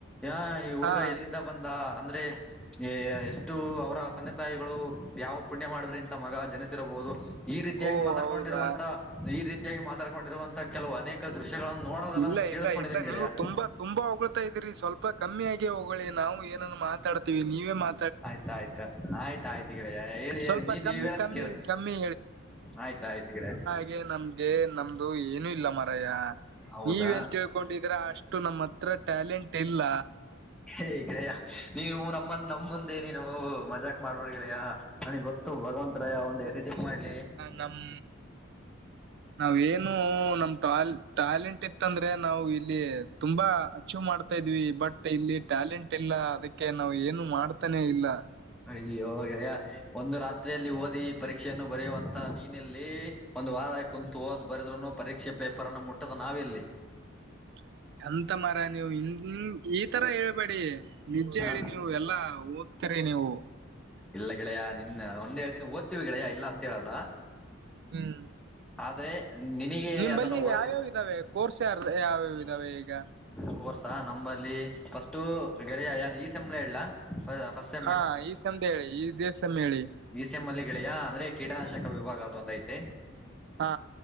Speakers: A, in the centre; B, on the right (about 55°).
A: ಈ ಹುಡುಗ
B: ಹಾ
A: ಎಲ್ಲಿದ್ದ ಬಂದ ಅಂದ್ರೆ ಎಷ್ಟು ಅವರ ತಂದೆ ತಾಯಿಗಳು ಯಾವ ಪುಣ್ಯ ಮಾಡಿದ್ರೆ ಇಥ ಮಗ ಜನಸಿರಬಹುದು ಈ ರೀತಿಯಾಗಿ
B: ಓ
A: ಮಾತಾಡ್ಕೊಂಡಿರುವಂತ
B: ಹೌದಾ
A: ಈ ರೀತಿಯಾಗಿ ಮಾತಾಡ್ಕೊಂಡಿರುವಂತ ಕೆಲವು ಅನೇಕ ದೃಶ್ಯಗಳಗಳನ್ನು ನೋಡೋದೆಲ್ಲ
B: ಇಲ್ಲ
A: ನಾನ್ ಕೇಳಿಸ್ಕೊಂಡಿದೀನ
B: ಇಲ್ಲ ಇಲ್ಲ
A: ಗೆಳೆಯಾ
B: ನೀವು ತುಂಬಾ ತುಂಬಾ ಹೊಗಳಳ್ತಾ ಇದೀರಿ ಸ್ವಲ್ಪ ಕಮ್ಮಿ ಆಗ ಹೋಗಳಿ ನಾವು ಏನನ್ನು ಮಾತಾಡ್ತಿೀವಿ ನೀವೇ ಮಾ
A: ಆಯ್ತಾಯಯ್ತು ಆಯ್ತ ಆಯ್ತು ಕೇಳ ಹೇಳಿ
B: ಸ್ವಲ್ಪ
A: ಹೇಳಿ ನೀನ್
B: ಕಮ್ಮಿ
A: ನೀವ ಹೇಳದ
B: ಕಮ್ಮಿ
A: ಕೇಳ
B: ಕಮ್ಮಿ
A: ಆಯ್ತ ಆಯ್ತ್ ಗಡೆ
B: ಹಾಗಗೆ ನಮ್ಗೆ ನಮ್ದು ಏನು ಇಲ್ಲ ಮರಯ್ಯ
A: ಹೌದಾ
B: ನೀವ ನ್ ತಿೇಳ್ಕೊಂಡಿದ್ರ ಅಷ್ಟು ನಮ್ಮ ಹತ್ರ ಟ್ಯಾಲೆಂಟ್ ಇಲ್ಲ
A: ಹೇ ಗಯ ನೀನು ನಮ್ಮಂದ ನಮ್ಮ ಮುಂದೆ ನೀನು ಮಜಾಕ್ ಮಾಡ್ಬೇಡ್ ಗ್ರಯ ನನಗ್ ಗೊತ್ತ ಇ ಭಗವಂತತ್ ರಾಯ ಒಂದು್ ಎಡಿಟಿಂಗ್ ಮಾಡ್ಲಿ
B: ನಮ್ಮ್ ನಾವ ಏನು ನಮ ಟ ಟ್ಯಾಲೆಂಟ್ ಇತ್ತಂದ್ರೆ ನಾವು ಇಲ್ಲಿ ತುಂಬಾ ಹೆಚ್ಚು ಮಾಡ್ತಾ ಇದ್ವಿ ಬಟ್ ಇಲ್ಲಿ ಟ್ಯಾಲೆಂಟ್ ಇಲ್ಲ ಅದಕ್ಕೆ ನಾವ್ ಏನು ಮಾಡ್ತಾನೆ ಇಲ್ಲ
A: ಅಯ್ಯ ಹೋಗ ಒಂದು ರಾತ್ರಿಯಲ್ಲಿ ಓದಿ ಪರೀಕ್ಷೆಯನ್ನು ಬರೆಯುವಂತ ನೀನಲ್ಲಿ ಒಂದು ವಾರ ಕುಂತು ಹೋದ್ ಬರದ್ರುನು ಪರೀಕ್ಷೆ ಪೇಪರ್ ಅನ್ನು ಮುಟ್ಟದ ನಾವ್ ಎಲ್ಲಿ
B: ಹ ಎಂತ ಮರ ನೀವು್ ಹ ಈ ತರ ಹೇಳ್ಬೇಡಿ ನಿಜೆ
A: ಹ
B: ಹೇಳಿ ನೀವು ಎಲ್ಲಾ ದ ಇರೆ ನೀವು
A: ಇಲ್ಲ ಗೆಳೆಯ ನಿನ್ನ ಒಂದ್ ಹೇಳ್ತಿನಿ ಓದ್ತೀವಿ ಗೆಳೆಯ ಇಲ್ಲ ಅಂತ ಹೇಳಲ್ಲ
B: ಹ್ಮ್
A: ಆದ್ರೆ ನಿನಗೆ
B: ನಿಮ
A: ಅದನ್ನು
B: ಬಲ್ಲಿ
A: ಓರ್
B: ಯಾವ್ಯಾವ ಇದ್ದಾವೆ ಕೋರ್ಸ್ ಯಾರ ಯಾವ್ಯಾವ್ ಇದಾವೆ ಈಗ
A: ಕೋರ್ಸಾ ನಂಬಲ್ಲಿ ಫಸ್ಟು ಗೆಡೆಯ ಯ್ದು ಈ ಸೆಂಬಳ ಎಲ್ಲಾ ಫಸ್
B: ಹಾ ಈ ಸಧ ಹೇಳಿ ಈ ದೇಸ ಹೇಳಿ
A: ಈಸ ಎಂಮ್ಮಲ್ಲಿ ಗೆಳೆಯಾ ಅಂದ್ರೆ ಕೀಟನಾಶಕ ವಿಭಾಗ ಅದು ಒಂದು ಐತೆ
B: ಹಾ